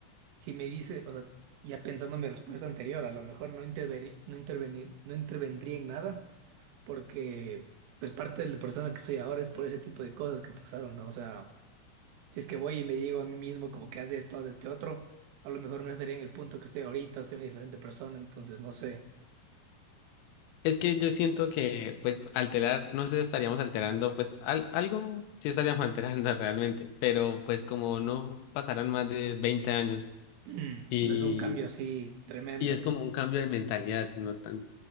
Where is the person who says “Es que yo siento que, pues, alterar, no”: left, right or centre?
Left